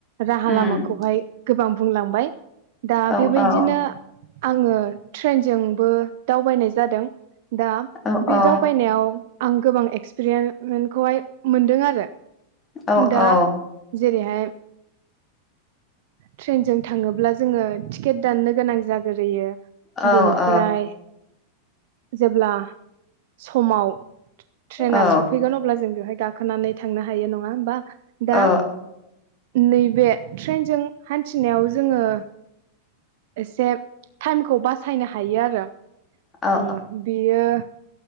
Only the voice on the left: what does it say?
उम
औ
औ
औ
औ
औ
औ।
औ
औ
औ
औ
औ